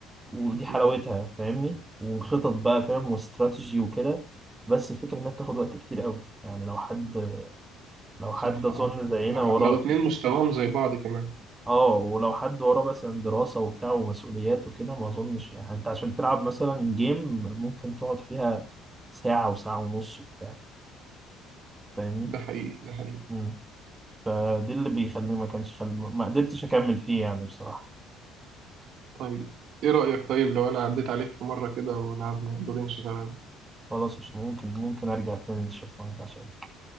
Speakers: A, on the right; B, on the right.
A: ودي حلاوتها
B: مم.
A: فاهمني وخطط بقى فاهم واستراتيجي وكده بس الفكره انها بتاخد وقت كتير قوي يعني لو حد لو
B: صح
A: حد اظن
B: آه.
A: زينا
B: لو
A: وراه
B: ح... لو اتنين مستواهم زي بعض كمان
A: اه ولو حد وراه مثلا دراسه وبتاع ومسؤوليات وكده ما اظنش يعني انت عشان تلعب مثلا جيم ممكن تقعد فيها ساعه وساعه ونص وبتاع فاهمني
B: ده حقيقي ده حقيقي
A: مم. فدي اللي بيخليني ما كانش خل... ما قدرتش اكمل فيه يعني بصراحه
B: طيب إيه رأيك طيب لو أنا عديت عليك في مرة كده ولعبنا دورين شطرنج
A: خلاص مش ممكن ممكن أرجع تاني للشطرنج عشان